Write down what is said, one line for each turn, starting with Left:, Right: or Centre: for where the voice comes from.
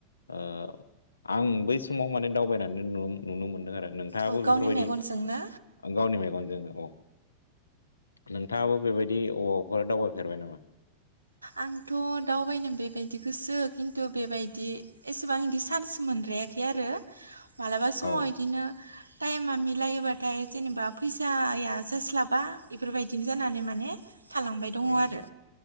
Left: ओ आं बै समाव माने दावबायनानै नुनो नुनो मोनदों आरो थिख नोंथाङाबो
Right: औ गावनि
Left: बेफोरबायदि
Right: मेगनजोंनो
Left: गावनि मेगनजोंनो औ नोंथाङाबो बेबायदि अबाफोर दावबायफेरबाय नामा?
Right: आंथ' दावबायनो बेबायदि गोसो खिन्थु बेबायदि एसेबांदि चान्स मोनद्राया। फेराखै आरो मालाबा समाव
Left: औ
Right: इदिनो थाइम आ मेलाया। बाथाय जेनेबा फैसाया जास्लाबा बेफोरबायदिनो जानानै माने थालांबाय दङ
Left: औ
Right: आरो